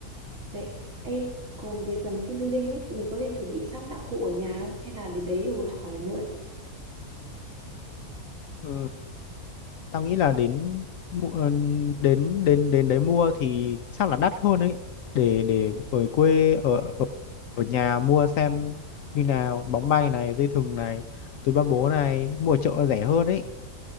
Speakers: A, on the right (about 60°); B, on the left (about 70°).
A: Đấy. Ê, còn về phần team building ấy, mình có nên chuẩn bị sẵn đạo cụ ở nhà không? Hay là đến đấy rồi hỏi mượn?
B: Ừ, Tao nghĩ là đến mu- ờ, đến đến đến đấy mua thì chắc là đắt hơn ấy để để ở quê ở ở, ở nhà mua xem như nào bóng bay này dây thừng này túi ba bố này mua ở chợ rẻ hơn ấy